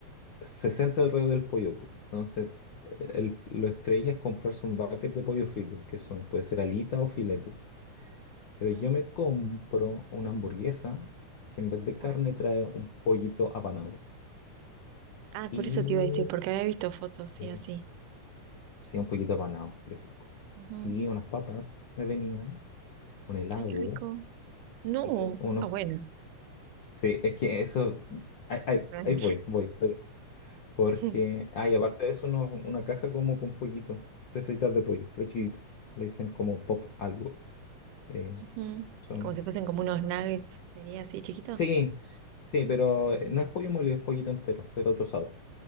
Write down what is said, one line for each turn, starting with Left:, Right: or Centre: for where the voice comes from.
Left: se centra alrededor del pollo. po. Entonces, el- lo estrella es comprarse un bucket de pollo frito, que son, puede ser alita o filete. Pero
Right: Ujú.
Left: yo me compro una hamburguesa que en vez de
Right: Bueno.
Left: carne trae un pollito apanado.
Right: Ah,
Left: Y
Right: por eso te iba a decir, porque había visto fotos, sí,
Left: sí,
Right: así.
Left: sí, un pollito apanado y rico.
Right: Ujú.
Left: Y unas papas me venían, un helado
Right: Ay, qué rico. No.
Left: y unos...
Right: Ah, bueno.
Left: Sí, es que eso... Ahí, ahí-
Right: Tranqui.
Left: ahí voy, voy. Porque,
Right: <laughs> Ujú.
Left: ah, y aparte de eso, uno- una caja como con pollito, presitas de pollo, pero chiquita. Le dicen como pop algo. o sea, eh,
Right: Ujú.
Left: son...
Right: Como si fuesen como unos nuggets, sería así, chiquito.
Left: Sí, s- sí, pero eh, no es pollo molido, es pollito entero, pero trozado